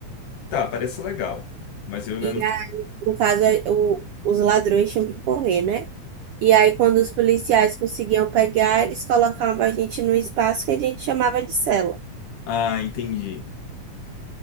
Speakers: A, on the left; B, on the right.
A: Tá, parece legal. Mas eu ainda
B: E,
A: não sei.
B: a- no caso, a- o- os ladrões tinham que correr, né? E aí, quando os policiais conseguiam pegar, eles colocavam a gente num espaço que a gente chamava de cela.
A: Ah, entendi.